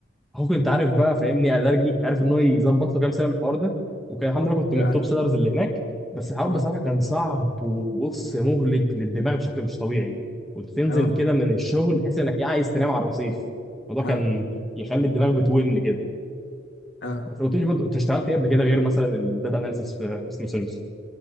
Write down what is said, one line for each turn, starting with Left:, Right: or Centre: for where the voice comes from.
Centre: اخوك انت عارف بقى فاهمني ادرجي انت عارف ان هو يظبط له كام سنه من الحوار ده وكان الحمد لله كنت من
Left: اه
Centre: التوب سيلرز اللي هناك بس الحوار
Left: اه
Centre: بصراحه كان صعب وبص مهلك للدماغ بشكل مش طبيعي كنت تنزل
Left: اه
Centre: كده من الشغل تحس انك إيه عايز تنام على الرصيف الموضوع
Left: اه
Centre: كان يخلي الدماغ بتون كده
Left: اه
Centre: بس ما قلتليش برضه انت اشتغلت ايه قبل كده غير مثلا الداتا اناليسيس في كاستمر سيرفيس